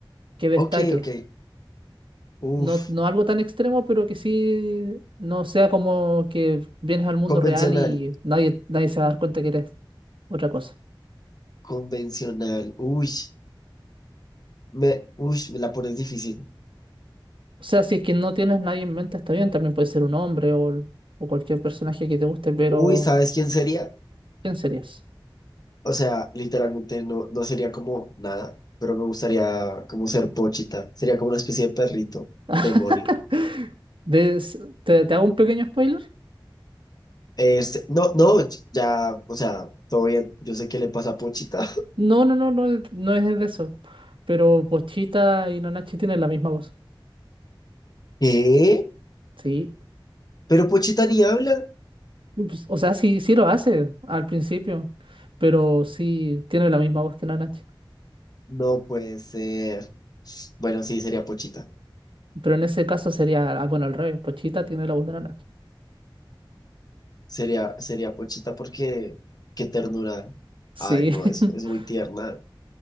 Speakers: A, on the right; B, on the left.
A: que destaque.
B: Ok, ok. Uf,
A: No, no algo tan extremo, pero que sí no sea como que vienes al mundo
B: convencional.
A: real y nadie, nadie se va a dar cuenta que eres otra cosa.
B: Convencional. Uy, me, uy, me la pones difícil.
A: O sea, si es que no tienes nadie en mente, está bien, también puede ser un hombre o, o cualquier personaje que te guste, pero
B: Uy, ¿sabes quién sería?
A: ¿quién serías?
B: O sea, literalmente no, no sería como nada, pero me gustaría como ser Pochita. Sería como una especie de perrito,
A: <laughs>
B: demonio.
A: Des- ¿Te, te hago un pequeño spoiler?
B: Este, no, no, ya, o sea, todo bien. Yo sé qué le pasa a Pochita.
A: No, no, no, no, es- no es de eso. Pero Pochita y Nanachi tienen la misma voz.
B: <laughs> ¿Qué?
A: Sí.
B: ¿Pero Pochita ni habla?
A: Pues, o sea, sí, sí lo hace al principio, pero sí tiene la misma voz que Nanachi.
B: No puede ser. Bueno, sí, sería Pochita.
A: Pero en ese caso sería, ah, bueno, al revés, Pochita tiene la voz de Nana.
B: Sería, sería Pochita porque qué ternura.
A: Sí,
B: Ay, no,
A: <laughs>
B: es, es muy tierna.